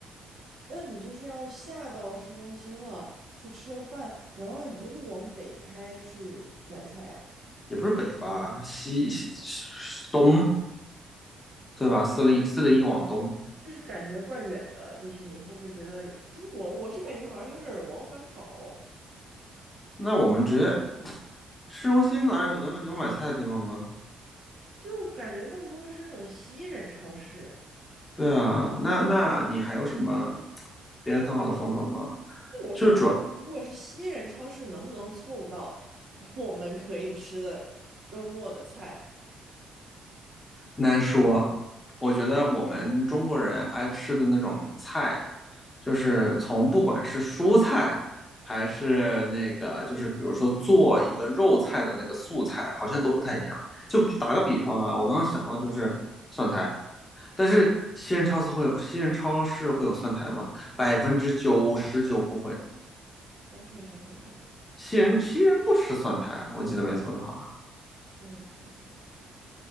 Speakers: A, on the right (about 70°); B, on the left (about 20°).
A: 那你就是要下到市中心了，去吃了饭，然后一路往北开去买菜啊。
B: 也不是北吧，西西西东，对吧？四零四零一往东。
A: 就是感觉怪远的，就是你会不会觉得，就是我我是感觉好像有点儿往返跑，
B: 那我们直接市中心哪有有有买菜的地方吗？
A: 就是感觉更多的是那种西人超市。
B: 对啊，那那你还有什么别的更好的方法吗？
A: 那我就想，
B: 就是主
A: 如果是西人超市，能不能凑到 <laughs> 我们可以吃的周末的菜？
B: 难说，我觉得我们中国人爱吃的那种菜，就是从不管是蔬菜还是那个，就是比如说做一个肉菜的那个素菜，好像都不太一样。就比打个比方啊，我刚刚想到就是蒜苔，但是西人超市会有西人超市会有蒜苔吗？百分之九十九不会。
A: 那那确实很难。
B: 西人西人不吃蒜苔，我记得没错的话，
A: 是的是是是。